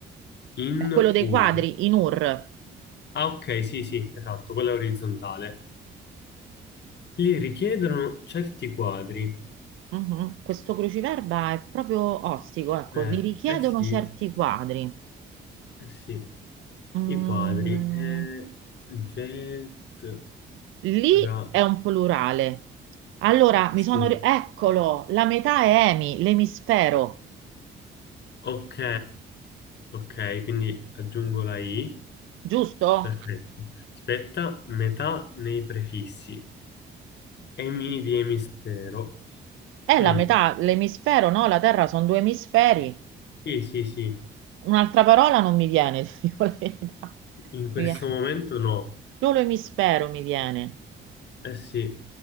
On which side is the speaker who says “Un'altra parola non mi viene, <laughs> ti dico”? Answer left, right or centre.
Right